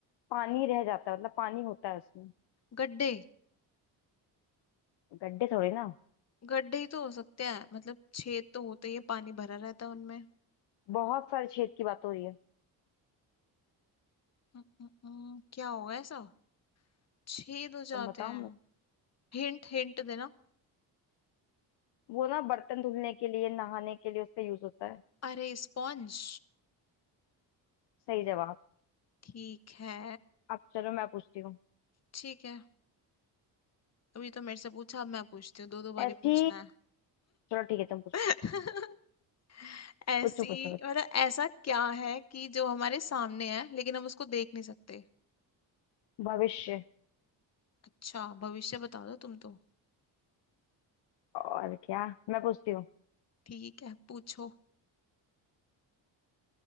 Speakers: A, on the left (about 60°); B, on the left (about 35°).
A: पानी रह जाता है मतलब पानी होता है उसमें
B: गड्ढे
A: गड्ढे थोड़े ना
B: गड्ढे ही तो हो सकते हैं मतलब छेद तो होते ही है पानी भरा रहता है उनमें
A: बहुत सारे छेद की बात हो रही है
B: हम्म, हम्म, हम्म, क्या होगा ऐसा छेद हो जाते
A: तुम बताओ
B: हैं
A: मैं
B: हिंट हिंट देना
A: वो ना बर्तन धुलने के लिए नहाने के लिए उसका यूज होता है
B: अरे स्पॉन्ज
A: सही जवाब
B: ठीक है
A: अब चलो मैं पूछती हूँ
B: ठीक है अभी तो मेरे से पूछा अब मैं पूछती हूँ दो दो
A: ऐसी
B: बारी पूछना है
A: चलो ठीक है तुम पूछो
B: <laughs> ऐसी
A: पूछो पूछो पूछो
B: मतलब ऐसा क्या है कि जो हमारे सामने है लेकिन हम उसको देख नहीं सकते
A: भविष्य
B: अच्छा भविष्य बता दो तुम तो
A: और क्या मैं पूछती हूँ
B: ठीक है पूछो